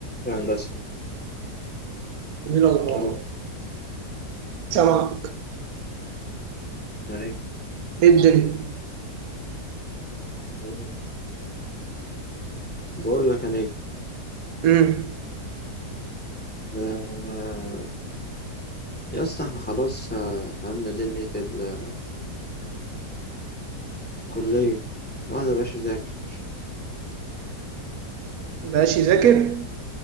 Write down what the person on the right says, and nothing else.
ايه الاخبار
سامعك
ايه الدنيا
امم
مبقاش يذاكر